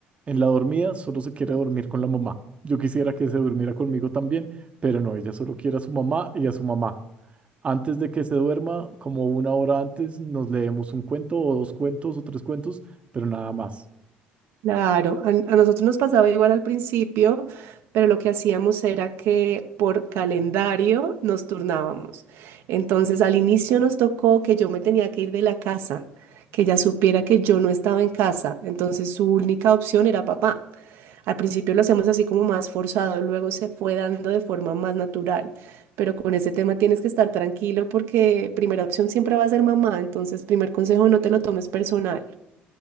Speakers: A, on the right; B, on the right.
A: En la dormida solo se quiere dormir con la mamá. Yo quisiera que se durmiera conmigo también, pero no, ella solo quiere a su mamá y a su mamá. Antes de que se duerma, como una hora antes, nos leemos un cuento o dos cuentos o tres cuentos, pero nada más.
B: Claro, a, a nosotros nos pasaba igual al principio, pero lo que hacíamos era que por calendario nos turnábamos. Entonces, al inicio nos tocó que yo me tenía que ir de la casa, que ella supiera que yo no estaba en casa. Entonces, su única opción era papá. Al principio lo hacíamos así como más forzado, luego se fue dando de forma más natural. Pero con ese tema tienes que estar tranquilo porque primera opción siempre va a ser mamá. Entonces, primer consejo, no te lo tomes personal